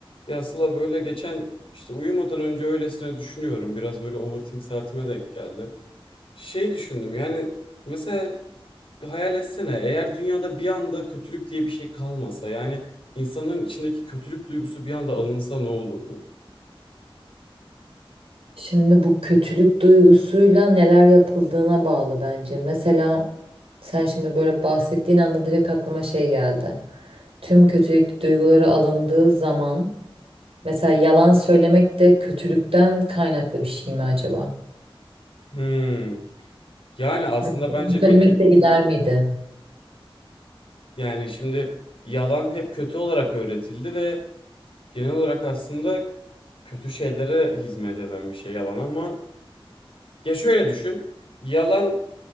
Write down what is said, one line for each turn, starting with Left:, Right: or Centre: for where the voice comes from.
Left: Ya Sıla böyle geçen işte uyumadan önce öylesine düşünüyorum. Biraz böyle overthink saatime denk geldi. Şey düşündüm yani mesela bir hayal etsene eğer dünyada bir anda kötülük diye bir şey kalmasa yani insanların içindeki kötülük duygusu bir anda alınsa ne olurdu?
Right: Şimdi bu kötülük duygusuyla neler yapıldığına bağlı bence. Mesela sen şimdi böyle bahsettiğin anda direkt aklıma şey geldi. Tüm kötülük duyguları alındığı zaman mesela yalan söylemek de kötülükten kaynaklı bir şey mi acaba?
Left: Hmm. Yani aslında
Right: Mesela yalan
Left: bence
Right: söylemek
Left: bir nevi.
Right: de gider miydi?
Left: Yani şimdi yalan hep kötü olarak öğretildi ve genel olarak aslında kötü şeylere hizmet eden bir şey yalan ama ya şöyle düşün. Yalan